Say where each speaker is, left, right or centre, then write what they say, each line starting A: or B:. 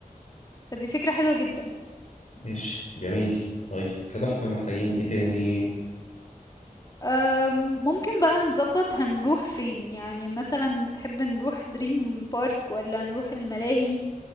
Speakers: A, on the left (about 25°); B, on the left (about 55°).
A: فدي فكرة حلوة جدا
B: ماشي جميل طيب كده احنا محتاجين ايه تاني
A: أم، ممكن بقى نظبط هنروح فين يعني مثلا تحب نروح دريم بارك ولا نروح الملاهي